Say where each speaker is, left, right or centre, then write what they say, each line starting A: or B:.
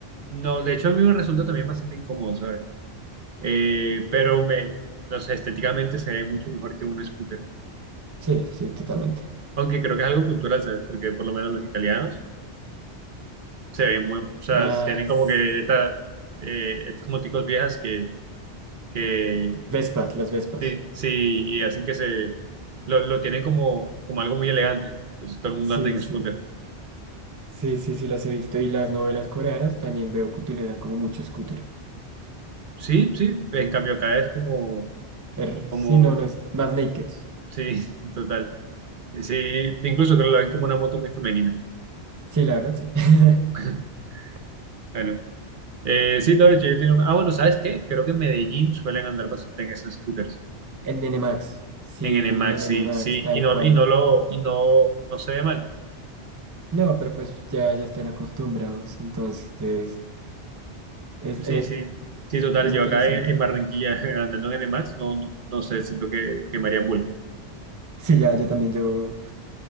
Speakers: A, on the right (about 55°); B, on the right (about 25°).
A: No, de hecho a mí me resulta también bastante incómodo, ¿sabes? Eh, pero me, no sé, estéticamente se ve mucho mejor que un scooter.
B: Sí, sí, totalmente.
A: Aunque creo que es algo cultural, ¿sabes? Porque por lo menos los italianos se ven muy, o sea,
B: Ah,
A: tienen como
B: s-
A: que esta, eh, estas moticos viejas que, que
B: Vespas, las Vespas.
A: sí, sí, y hacen que se, lo, lo tienen como, como algo muy elegante. Entonces todo el mundo
B: Sí,
A: anda en
B: sí,
A: scooter.
B: sí, sí, sí, las he visto. Y las novelas coreanas también veo que utilizan como mucho scooter.
A: Sí, sí, en cambio acá es como,
B: Er,
A: como,
B: sí, no, no es más naked.
A: sí, <laughs> total. Sí, incluso creo que lo ven como una moto muy femenina.
B: Sí, la verdad, sí. <laughs>
A: <laughs> Bueno. Eh, sí, todo hecho, yo tenía un... Ah, bueno, ¿sabes qué? Creo que en Medellín suelen andar bastante en esos scooters,
B: En N N Max sí,
A: en NMAX,
B: en N
A: sí,
B: N Max
A: sí,
B: tal
A: y no,
B: cual.
A: y no lo, y no, no se ve mal.
B: No, pero pues ya, ya están acostumbrados, entonces es, es,
A: Sí, sí, sí, total,
B: es
A: yo
B: interesante.
A: acá en, en Barranquilla <laughs> andando en NMAX, no, no, no sé, siento que, que me harían bullying.
B: Sí, ya, yo también llevo